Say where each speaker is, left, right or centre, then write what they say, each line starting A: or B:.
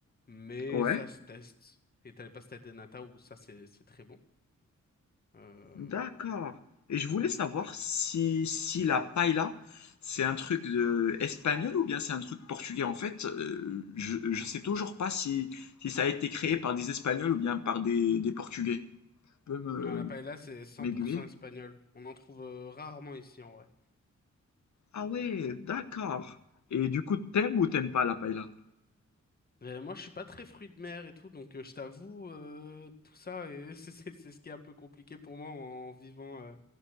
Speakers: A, on the left; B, on the left.
A: mais
B: Ouais.
A: ça se teste. Et t'as les pastas de nata où ça, c'est c'est très bon. Euh,
B: D'accord. Et je
A: donc
B: voulais
A: en
B: savoir
A: street food,
B: si,
A: t'as ça.
B: si la paella, c'est un truc de espagnol ou bien c'est un truc portugais. En fait, euh, je, je sais toujours pas si, si ça a été créé par des Espagnols ou bien par des, des Portugais. Tu peux me,
A: Non, la paella, c'est 100%
B: m'aiguiller?
A: espagnol. On en trouve euh, rarement ici, en vrai.
B: Ah ouais, d'accord. Et du coup, t'aimes ou t'aimes pas la paella?
A: Euh, moi, je suis pas très fruit de mer et tout, donc euh, je t'avoue, euh, tout ça, et <laughs> c'est c'est- c'est ce qui est un peu compliqué pour moi en vivant euh,